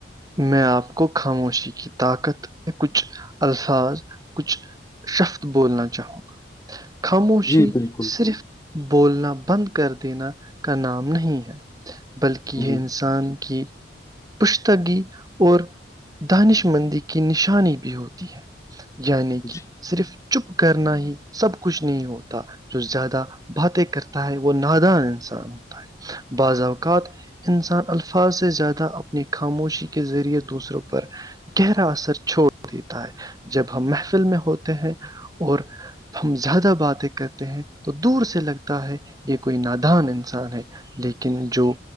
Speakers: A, on the right; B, on the left.
A: میں آپ کو خاموشی کی طاقت کچھ الفاظ کچھ شفت بولنا چاہوں گا خاموشی
B: جی بالکل
A: صرف بولنا بند کر دینا کا نام نہیں ہے بلکہ یہ
B: جی
A: انسان ٹھیک پشتگی اور دانش مندی کی نشانی بھی ہوتی ہے یعنی کہ
B: جی
A: صرف چپ کرنا ہی سب کچھ نہیں ہوتا جو زیادہ باتیں کرتا ہے وہ نادان انسان ہوتا ہے بعض اوقات انسان الفاظ سے زیادہ اپ اپنی خاموشی کے ذریعے دوسروں پر گہرا اثر چھوڑ دیتا ہے جب ہم محفل میں ہوتے ہیں اور ہم زیادہ باتیں کرتے ہیں تو دور سے لگتا ہے یہ کوئی نادان انسان ہے لیکن جو